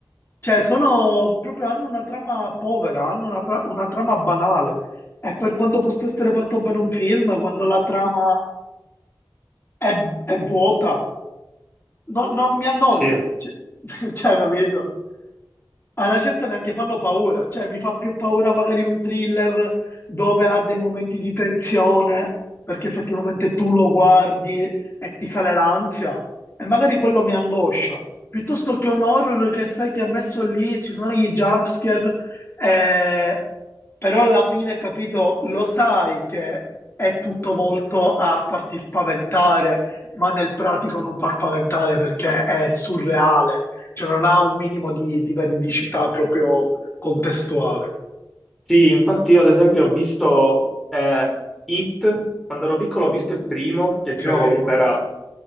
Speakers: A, on the left (about 30°); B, in the centre.
A: Cioè, sono proprio, hanno una trama povera, hanno una, pra- una trama banale. E per quanto possa essere fatto bene un film, quando la trama è, è vuota, no- non mi annoio.
B: sì,
A: Cioè, <laughs> cioè, capito? A una certa neanche fanno paura, cioè mi fa più paura magari un thriller dove ha dei momenti di tensione perché effettivamente tu lo guardi e ti sale l'ansia e magari quello mi angoscia, piuttosto che un horror che sai che è messo lì, ci sono gli jumpscare, eh, però alla fine, capito, lo sai che è tutto volto a farti spaventare, ma nel pratico non fa spaventare perché è surreale cioè non ha un minimo di, di veridicità proprio contestuale,
B: sì, infatti io ad esempio ho visto eh, It, quando ero piccolo ho visto il primo, che
A: ok?
B: il primo comunque era